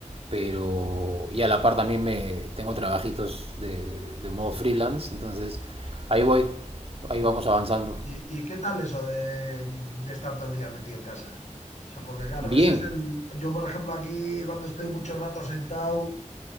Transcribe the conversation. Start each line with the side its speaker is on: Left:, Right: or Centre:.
Right: Pero y a la par también me tengo trabajitos de, de modo freelance, entonces ahí voy, ahí
Left: sí.
Right: vamos avanzando.
Left: ¿Y, y qué tal eso de, de estar todo el día metido en casa? O sea, porque claro,
Right: Bien,
Left: eso es el... Yo, por ejemplo, aquí cuando estoy mucho rato sentado...